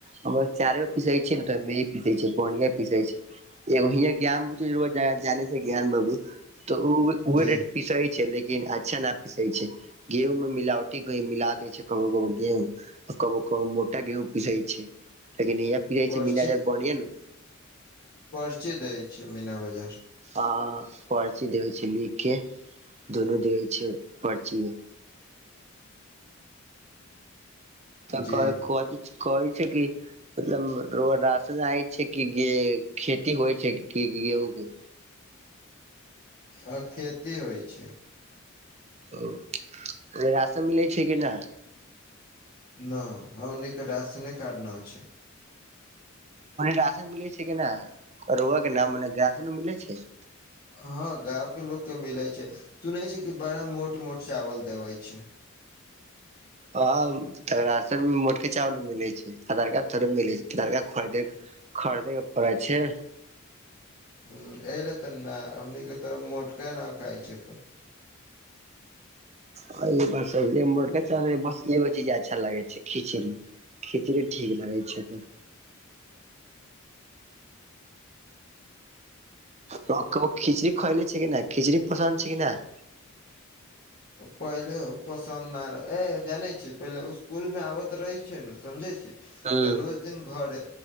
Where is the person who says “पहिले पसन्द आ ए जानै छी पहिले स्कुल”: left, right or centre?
Left